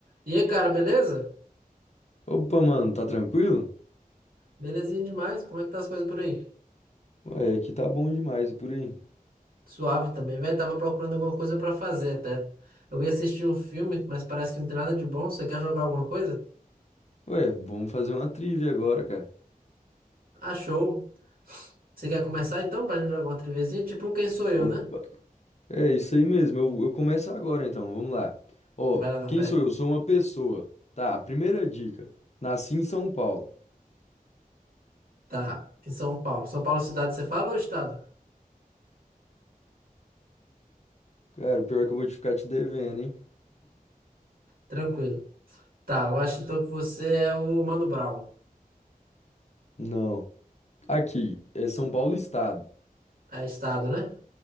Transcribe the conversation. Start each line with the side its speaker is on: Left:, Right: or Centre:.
Right: E aí, cara, beleza?
Left: Opa, mano, tá tranquilo?
Right: Belezinha demais. Como é que tá as coisas por aí?
Left: Ué, aqui tá bom demais e por aí.
Right: Suave também, velho. Tava procurando alguma coisa pra fazer até. Eu ia assistir um filme, mas parece que não tem nada de bom. Você quer jogar alguma coisa?
Left: Ué, vamos fazer uma trivia agora, cara.
Right: Ah, show. Você quer começar então pra gente jogar uma trivezinha? Tipo um Quem Sou Eu,
Left: Opa.
Right: né?
Left: É isso aí mesmo, eu, eu começo agora então, vamos lá. Ó,
Right: Vai lá na
Left: quem
Right: fé.
Left: sou eu? Sou uma pessoa. Tá, a primeira dica. Nasci em São Paulo.
Right: Tá, em São Paulo. São Paulo é cidade você fala ou é estado?
Left: Cara, o pior é que eu vou te ficar te devendo, hein?
Right: Tranquilo. Tá, eu acho então que você é o Mano Brown.
Left: Não. Aqui, é São Paulo Estado.
Right: É estado, né?